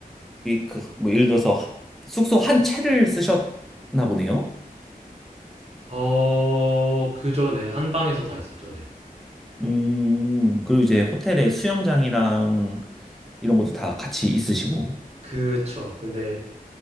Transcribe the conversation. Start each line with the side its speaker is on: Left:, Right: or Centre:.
Centre: 그, 뭐, 예를 들어서 숙소 한 채를 쓰셨나 보네요?
Right: 어, 그죠. 네. 한 방에서 다 있었죠. 네.
Centre: 음, 그리고 이제 호텔에 수영장이랑 이런 것도 다 같이 있으시고.
Right: 그쵸. 근데